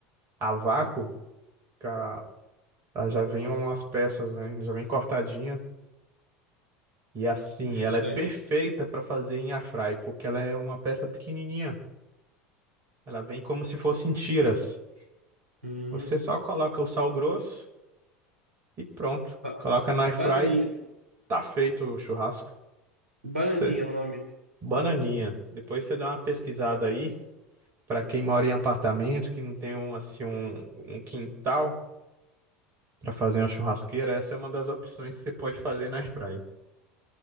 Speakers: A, on the right; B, on the right.
A: a vácuo, ca- ela já vem umas peças, né? Já vem cortadinha. E assim,
B: Interessante.
A: ela é perfeita para fazer em airfry, porque ela é uma peça pequenininha. Ela vem como se fosse em tiras.
B: Hum.
A: Você só coloca o sal grosso e pronto.
B: Ba-
A: Coloca na airfry,
B: Bananinha.
A: tá feito o churrasco.
B: Bananinha
A: Você,
B: é o nome.
A: bananinha. Depois você dá uma pesquisada aí para quem mora em apartamento, que não tem um assim um, um quintal para fazer uma churrasqueira, essa é uma das opções que você pode fazer na airfry.